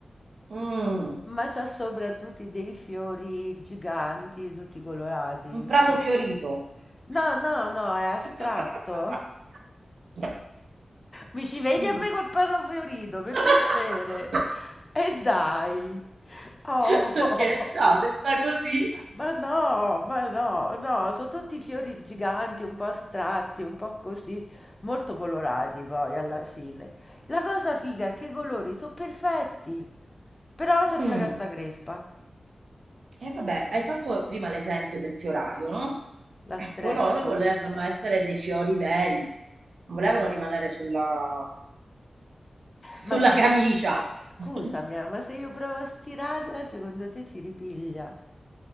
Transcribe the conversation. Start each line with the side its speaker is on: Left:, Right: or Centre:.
Right: Mm,
Left: ma c'ha sopra tutti dei fiori giganti, tutti colorati.
Right: un prato
Left: No,
Right: fiorito.
Left: no,
Right: <laughs>
Left: no, è astratto. Mi ci vedi
Right: Mm.
Left: a me col perro fiorito, per
Right: <laughs>
Left: piacere. E dai. Oh,
Right: Che ne so, detta così.
Left: ma no, ma no, no, sono tutti fiori giganti, un po' astratti, un po' così, molto colorati poi alla fine. La cosa figa è che i colori sono perfetti, però sembra
Right: Mm.
Left: carta crespa.
Right: E vabbè, hai fatto prima l'esempio del fioraio, no?
Left: La
Right: Ecco,
Left: streccio,
Right: loro volevano
Left: dici?
Right: essere dei fiori veri, non volevano rimanere sulla, sulla
Left: Ma se io...
Right: camicia.
Left: Scusami,
Right: <laughs>
Left: eh, ma se io provo a stirarla, secondo te si ripiglia?